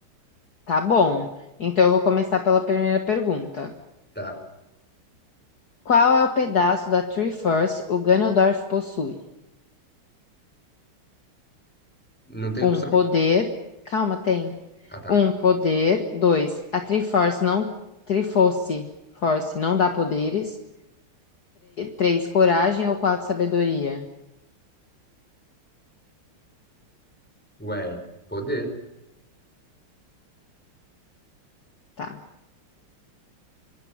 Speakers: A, on the left; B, in the centre.
A: Tá bom. Então eu vou começar pela primeira pergunta.
B: Tá.
A: Qual é o pedaço da Triforce o Ganondorf possui?
B: Não tem
A: Um
B: opção?
A: poder. Calma, tem.
B: Ah, tá.
A: Um poder. Dois. A Triforce não. Triforce. Force não dá poderes. Três. Coragem ou quatro. Sabedoria.
B: Ué, poder.
A: Tá.